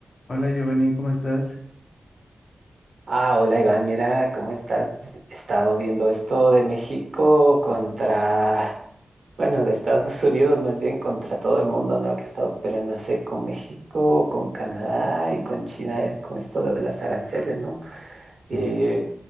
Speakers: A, on the left; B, on the right.
A: Hola Giovanni, ¿cómo estás?
B: Ah, hola Iván, mira cómo estás. He estado viendo esto de México contra, bueno, de Estados <laughs> Unidos más bien contra todo el mundo, ¿no? Que ha estado peleándose con México, con Canadá y con China, con esto de las aranceles, ¿no? Y
A: Sí.